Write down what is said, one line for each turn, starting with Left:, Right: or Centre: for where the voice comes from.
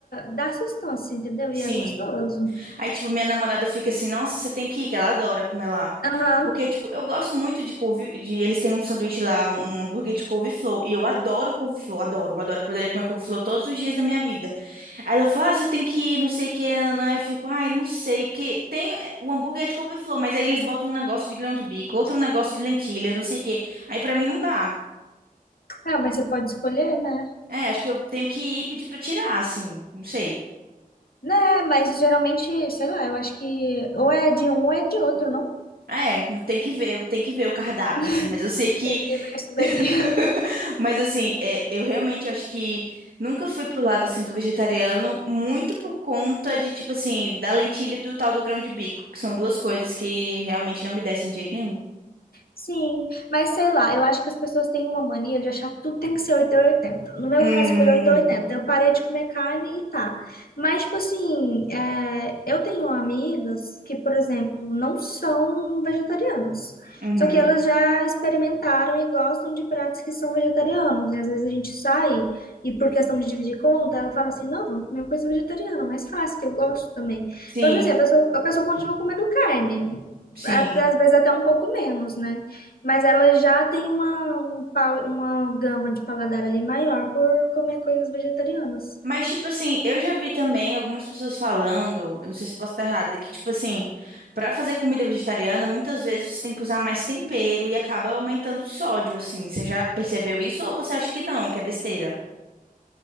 Left: dá sustância, entendeu?
Right: Sim.
Left: E é gostoso.
Right: Aí, tipo, minha namorada fica assim, nossa, você tem que ir, que ela adora comer lá.
Left: Aham.
Right: Porque, tipo, eu gosto muito de couve, de, eles têm um sanduíche lá, um hambúrguer de couve-flor, e eu adoro couve-flor, adoro, adoro, eu poderia comer couve-flor todos os dias da minha vida. Aí ela fala, ah, você tem que ir, não sei o que, Ana, eu fico, ai, não sei, porque tem é, o hambúrguer é de couve-flor, mas aí eles botam um negócio de grão de bico, outro negócio de lentilha, não sei o que, aí pra mim não dá.
Left: Ah, mas você pode escolher, né?
Right: É, acho que eu tenho que ir pedir pra tirar, assim, não sei.
Left: Né, mas geralmente, sei lá, eu acho que ou é de um ou é de outro, não?
Right: É, não tem que ver, tem que ver o cardápio,
Left: <laughs>
Right: assim, mas eu sei que
Left: Tem que ver isso daí.
Right: <laughs> Mas assim, é, eu realmente acho que nunca fui pro lado assim do vegetariano, muito por conta de tipo assim, da lentilha e do tal do grão de bico, que são duas coisas que realmente não me descem de jeito nenhum.
Left: Sim, mas sei lá, eu acho que as pessoas têm uma mania de achar que tudo tem que ser 8 ou 80. No meu
Right: Hum,
Left: caso foi 8 ou 80. Eu parei de comer carne e tá. Mas, tipo assim, é, eu tenho amigas que, por exemplo, não são vegetarianas.
Right: uhum.
Left: Só que elas já experimentaram e gostam de pratos que são vegetarianos. E às vezes a gente sai e, por questão de dividir conta, ela fala assim: não, vamos comer uma coisa vegetariana, mais fácil, que eu gosto também.
Right: Sim,
Left: Então, tipo assim, a pessoa, a pessoa continua comendo carne.
Right: sim.
Left: Até, às vezes até um pouco menos, né? Mas ela já tem uma, um pa- uma gama de paladar ali maior por comer coisas vegetarianas.
Right: Mas tipo assim, eu já vi também algumas pessoas falando, eu não sei se eu posso estar errada, que tipo assim, pra fazer comida vegetariana, muitas vezes você tem que usar mais tempero e acaba aumentando o sódio assim. Você já percebeu isso ou você acha que não, que é besteira?